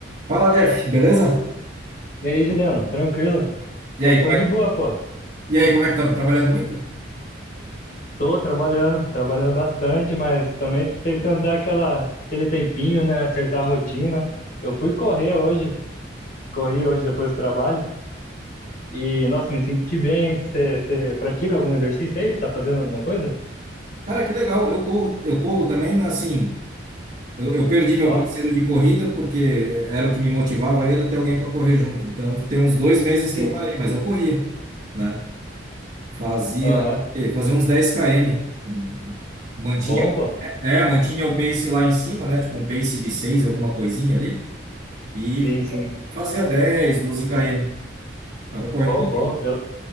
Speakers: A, on the right; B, on the left.
A: Fala, Jeff, beleza?
B: E aí, Juliano, tranquilo?
A: E
B: Tô,
A: aí,
B: tô
A: como
B: de
A: é que,
B: boa, pô.
A: e aí, como é que estamos? Trabalhando muito?
B: Tô trabalhando, trabalhando bastante, mas também tentando dar aquela, aquele tempinho, né? Acertar a rotina. Eu fui correr hoje, corri hoje depois do trabalho. E, nossa, me senti bem. Você pratica algum exercício aí? Tá fazendo alguma coisa?
A: Cara, que legal. Eu corro, eu corro também, mas, assim, eu, eu perdi meu
B: Ó,
A: parceiro de corrida porque era o que me motivava, aí era ter alguém para correr junto. Então, tem uns dois meses
B: sim.
A: que eu parei, mas eu corria, né? Fazia,
B: Aham.
A: fazia uns dez km. Hum, Mantinha,
B: Bom, pô.
A: é, é, mantinha o pace lá em cima, né? Tipo um pace de 6, alguma coisinha ali. E
B: Sim, sim.
A: fazia dez, doze km. Tava correndo.
B: Bom,
A: Quanto
B: bom.
A: que
B: Eu,